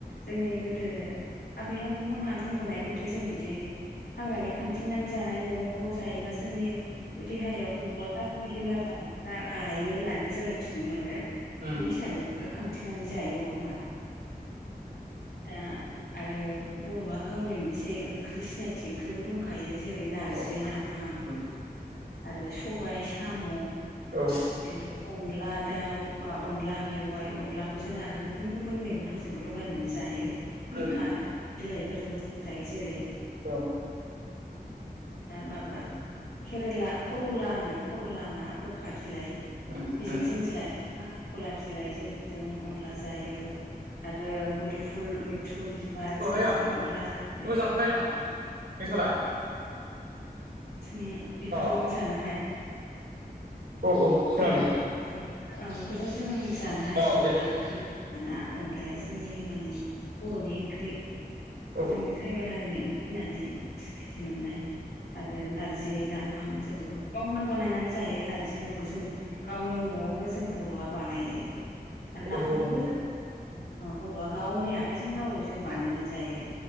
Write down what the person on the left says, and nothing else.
जोंनि गोदो आबै आबौमोनहा बुंबोनाय मथे जों बिदि हाग्रानि खांथिंनानै जानाय मैगंखौ जायोबा जोंनि देहायाव बबावबा गाज्रि बेमार जानायफोरा गायो होननानैबो जों मिथिनो मोनो
बे हिसाबै खांथिंनानै जायो नङा होमबा दा आरो बर'आ गावनि मोनसे ओंख्रि सिनायथि ओंख्रिबो दं दंखायो जेरै नारजि
नाफाम
आरो सबाय साम'
बेनिफ्राय अनला दाउ बा अनला मेवाइ अनला जों आरो गुबुन गुबुन मैगंफोरजोंबो लगायनानै जायो गोखा
बिलाइफोरजोंबो जायो जेरै
माबा केरेला करला होनो करला गोखा बिलाइ
बेजों
जों ज खां <unintelligible> खला बिलाइ जों जों अनला जायो आरो मुद फुल मैथ्रु बिबार जों
बेजोंबो
अनला जायो
जों बेफोरजोंनो
जानो हायो
बेफोर औ बेफोरजों जों जानो हायो
अनला
ओंख्रि मानोना अनलाया जोंनि मानि बर'नि ओंख्रि
जोंनि ट्राइबेल हारिनि ओंख्रि होननानै सिनायथि मोननाय आरो नार्जि नाफाम जों बेखौ गावनो बानायनानै जायो नार्जिफोरखौबो जों गावनो न'आवनो जों बर'आ बानायो आरो नाफामखौबो
जों बर'आ गावनि आखाइजों गाव जों बानायनानै जायो